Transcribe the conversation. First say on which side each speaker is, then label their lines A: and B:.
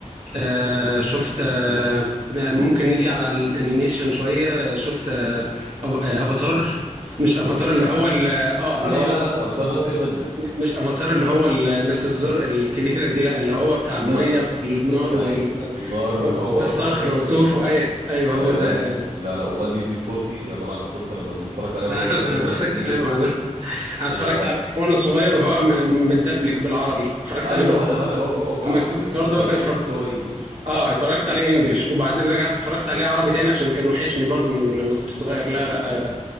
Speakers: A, on the right; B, on the right.
A: آه شفت آه ممكن نيجي على الانيميشن شويه شفت آه أف- آه، افاتار مش افاتار
B: لاست اير
A: اللي
B: بندر
A: هو ال- اه اللي
B: ايوه
A: هو
B: لا لا افاتار لاست اير بندر
A: مش افاتار اللي هو الناس الزرق الكبيره دي لا اللي هو بتاع
B: لا
A: الميه
B: لا
A: والنار
B: ايوه
A: وال...
B: والنار وهو
A: والصخر
B: افاتار لاست
A: وتوفو
B: اير بندر
A: اي ايوه هو
B: يا جدعان
A: ده آه
B: لا لا والله دي دي طفولتي دي عباره عن طفولتي انا اتفرجت عليها وانا
A: <laughs>
B: صغير وانا
A: نفس
B: كبير
A: الكلام انا اتفرجت
B: انا
A: عليه وانا صغير وهو م- متدبلج بالعربي اتفرجت
B: ايوه
A: عليه بال-
B: وانا وانا هو هو بالعربي
A: لما كبرت
B: بس
A: برضه
B: لما كبرت
A: اتفرج
B: شفته هو انجلش
A: اه اتفرجت عليه انجليش وبعدين رجعت اتفرجت عليه عربي تاني عشان كان وحشني برضه من لما كنت صغير لا لا